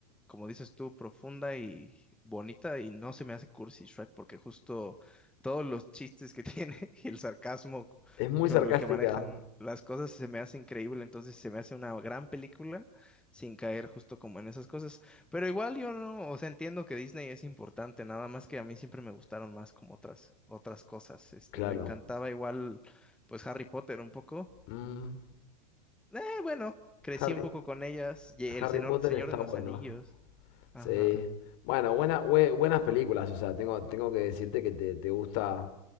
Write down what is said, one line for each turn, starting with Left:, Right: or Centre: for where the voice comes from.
Centre: como dices tú, profunda y bonita, y no se me hace cursi Shrek, porque justo todos los chistes que <laughs> tiene y el sarcasmo
Left: Es muy
Centre: con
Left: sarcástica,
Centre: el que manejan las cosas se me hace increíble, entonces se me hace una gran película sin caer justo como en esas cosas. Pero igual yo no, o sea, entiendo que Disney es importante, nada más que a mí siempre me gustaron más como otras, otras cosas. Este,
Left: claro.
Centre: me encantaba igual, pues Harry Potter un poco.
Left: Mm,
Centre: Eh, bueno, crecí
Left: Harry,
Centre: un poco con ellas. Y
Left: Harry
Centre: el Señor,
Left: Potter
Centre: Señor
Left: está
Centre: de
Left: bueno.
Centre: los Anillos. Ajá.
Left: Sí. Bueno, buena, bue- buenas películas, o sea, tengo, tengo que decirte que te, te gusta